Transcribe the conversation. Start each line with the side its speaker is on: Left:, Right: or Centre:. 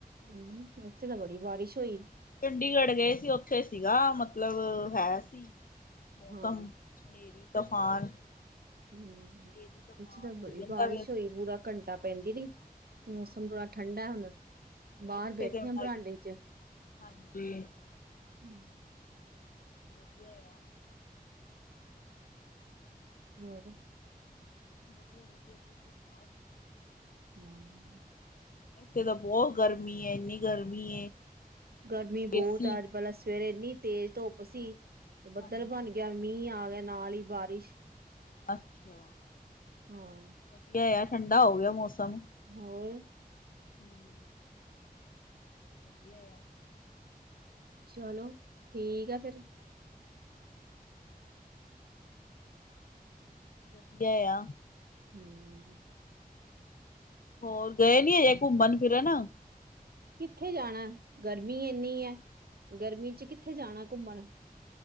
Right: ਨ‌ਈਂ, ਇੱਥੇ ਤੇ ਬੜੀ ਬਾਰਿਸ਼ ਹੋਈ।
Left: ਚੰਡੀਗੜ੍ਹ ਗਏ ਸੀ, ਉੱਥੇ ਸੀਗਾ ਮਤਲਬ ਹੈ ਸੀ, ਮੌਸਮ
Right: ਹਾਂ
Left: ਨ੍ਹੇਰੀ, ਤੂਫਾਨ।
Right: ਹਮ,
Left: ਹਨੇਰੀ ਤੂਫਾਨ
Right: ਐਛੇ ਤਾਂ
Left: ਹੋਈ
Right: ਬੜੀ
Left: ਜਾਂਦਾ
Right: ਬਾਰਿਸ਼
Left: ਪਿਆ ਸੀ।
Right: ਹੋਈ, ਪੂਰਾ ਘੰਟਾ ਪੈਂਦੀ ਰੀ। ਮੌਸਮ ਬੜਾ ਠੰਡਾ ਹੁਣ। ਬਾਹਰ
Left: ਇਥੇ
Right: ਬੈਠੀ
Left: ਤਾਂ ਹੁਣ
Right: ਆ ਬਰਾਂਡੇ
Left: ਅੱਜ,
Right: ਚ
Left: ਹਾਂਜੀ।
Right: ਹਮ।
Left: ਵਧੀਆ ਆ।
Right: ਹੋਰ।
Left: ਵਧੀਆ-ਵਧੀਆ ਤੁਸੀਂ ਸੁਣਾਓ?
Right: ਮੈਂ ਵੀ ਵਹ।
Left: ਇੱਥੇ ਤਾਂ ਬਹੁਤ ਗਰਮੀ ਐ, ਇੰਨੀ ਗਰਮੀ ਏ,
Right: ਗਰਮੀ ਬਹੁਤ
Left: ਏਸੀ
Right: ਆ ਅੱਜ ਪਹਿਲਾਂ ਸਵੇਰੇ ਇੰਨੀ ਤੇਜ਼ ਧੁੱਪ ਸੀ ਤੇ ਬੱਦਲ
Left: ਹਾਂਜੀ
Right: ਬਣ ਗਿਆ, ਮੀਂਹ ਆ ਗਿਆ ਨਾਲ ਈ ਬਾਰਿਸ਼, ਤੇ
Left: ਅੱਛਾ।
Right: ਹਮ।
Left: ਵਧੀਆ ਆ, ਠੰਡਾ ਹੋ ਗਿਆ ਮੌਸਮ।
Right: ਹੋਰ
Left: ਹਮ ਵਧੀਆ ਆ
Right: ਚਲੋ, ਠੀਕ ਆ ਫੇਰ
Left: ਵਧੀਆ ਆ
Right: ਹਮ ਹਮ
Left: ਹੋਰ, ਗਏ ਨੀ ਹਜੇ ਘੁੰਮਣ- ਫਿਰਨ
Right: ਕਿੱਥੇ ਜਾਣਾ, ਗਰਮੀ ਇੰਨੀ ਹੈ, ਗਰਮੀ 'ਚ ਕਿੱਥੇ ਜਾਣਾ ਘੁੰਮਣ